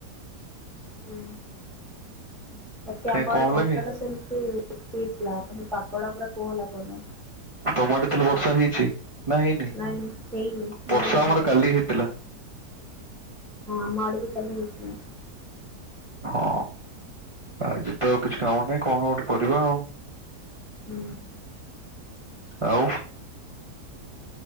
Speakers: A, in the centre; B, on the right (about 35°).
A: ହୁଁ। ବାକି
B: କାଇଁ
A: ଆମ ଆଡେ
B: କଣ ହେଲା
A: ବର୍ଷାଟା
B: କି?
A: ସେମିତି ହେଇଥିଲା ମାନେ ପାଗଟା ପୁରା କୋହଲା କୋହଲା।
B: ତମ ଆଡେ ତାହେଲେ ବର୍ଷା ହେଇଛି ନା ହେଇନି?
A: ନାଇଁ ନାଇଁ ହେଇନି କୋହଲା
B: ବର୍ଷା ଆମର
A: କୋହଲା
B: କାଲି ହେଇଥିଲା
A: ହଁ ଆମ ଆଡ଼ିକି କାଲି ହେଇଥିଲା।
B: ହଁ ଆଜି ତ ଆଉ କିଛି କାମ ନାହିଁ କଣ ଗୋଟେ କରିବା ଆଉ।
A: ହୁଁ।
B: ଆଉ